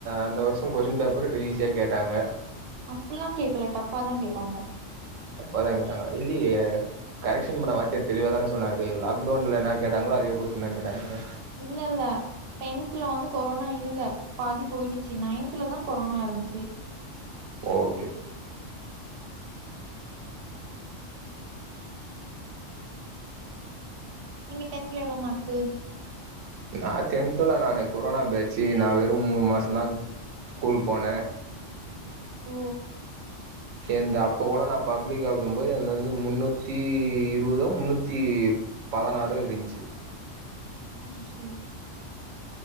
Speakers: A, on the right (about 80°); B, on the right (about 60°).
A: அந்த வருஷம் கொஷின் பேப்பர் டே ஈஸியா கேட்டாங்க
B: அப்புல்லாம் கேக்கல டஃப்பாதான் கேட்டாங்க
A: டஃப்பாதா கேட்டாங்க இல்லியே கரெக்ஷன் பண்ண வாத்தியார் தெளிவ தான சொன்னாரு லாக்டவுன்ல என்ன கேட்டாங்களோ அதே கொஷ்டீன் தான் கேட்டாங்க
B: இல்ல இல்ல டென்த்துல வந்து கொரோனா இல்ல பாதி போயிடுச்சு நையின்த்துல தான் கொரோனா இருந்துச்சு
A: ஓகே
B: நீங்கடென்த்துல எவ்ளோ மார்க்
A: நா டென்த்லா நானு கொரோனா பேச்சு நா வெறு மூணு மாசம் தா ஸ்கூல் போனே
B: ஓ
A: எந்த அப்ப கூட நா பப்ளிக் எழுதும் போது எந்த வந்து முன்னூத்தி இருபதோ முன்னூத்தி பதினாறு இருந்ச்சு
B: ஓ சரி